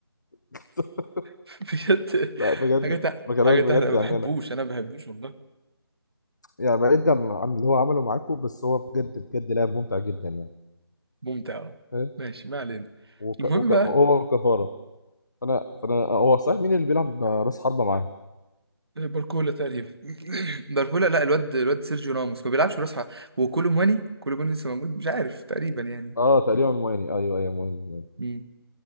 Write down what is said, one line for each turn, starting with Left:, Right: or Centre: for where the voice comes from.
Left: <laughs>
Right: <laughs> بجد
Left: لا بجد
Right: حاجه تح...
Left: بكلمك
Right: حاجه
Left: بجد
Right: تحرق ما
Left: يعني
Right: بحبوش
Left: انا
Right: انا ما بحبوش والله
Left: يعني بعيد عن عن اللي هو عمله معاكم بس هو بجد بجد لاعب ممتع جدا يعني
Right: ممتع آه.
Left: فاهم
Right: ماشي ما علينا
Left: وك...
Right: المهم
Left: وك...
Right: بقى
Left: هو كفارة فانا فانا هو صحيح مين اللي بيلعب راس حربة معاه
Right: باركولا تقريبا <clears throat> <laughs> باركولا لا الواد الواد سيرجيو راموس ما بيلعبش براس حرب وكولو مواني كولو مواني لسه موجود مش عارف تقريبا يعني
Left: اه تقريبا مواني ايوه ايوه مواني
Right: مم.